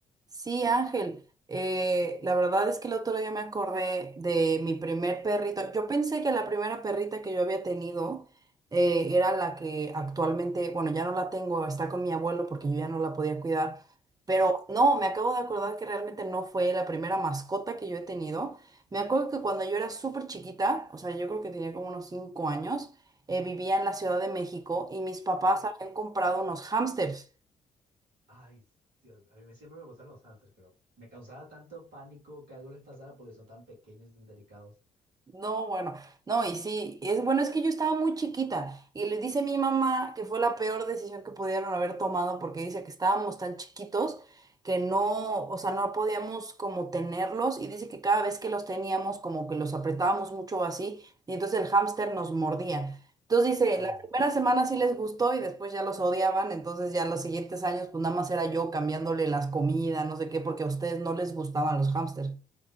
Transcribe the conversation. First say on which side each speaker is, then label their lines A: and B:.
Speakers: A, on the right (about 20°); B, on the right (about 60°).
A: Sí, Ángel, eh, la verdad es que el otro día me acordé de mi primer perrito. Yo pensé que la primera perrita que yo había tenido eh, era la que actualmente, bueno, ya no la tengo, está con mi abuelo porque yo ya no la podía cuidar.
B: Sí,
A: Pero no, me acabo de acordar que realmente no fue la primera mascota que yo he tenido. Me acuerdo que cuando yo era súper chiquita, o sea, yo creo que tenía como unos cinco años, eh, vivía en la Ciudad de México y mis papás
B: ok.
A: habían comprado unos hámsters.
B: Ay, Dios, a mí me- siempre me gustan los ángeles, pero me causaba tanto pánico que algo les pasara porque son tan pequeños y tan delicados.
A: No, bueno, no, y sí, es bueno, es que yo estaba muy chiquita y le dice mi mamá que fue la peor decisión que pudieron haber tomado porque dice que estábamos tan chiquitos que no, o sea, no podíamos como tenerlos y dice que cada vez que los teníamos como que los apretábamos mucho así y entonces el hámster nos mordía. Entonces dice,
B: Ay,
A: la primera semana sí les gustó y después ya los odiaban, entonces ya los siguientes años pues nada más era yo cambiándole las comidas, no sé qué, porque a ustedes no les gustaban los hámsters.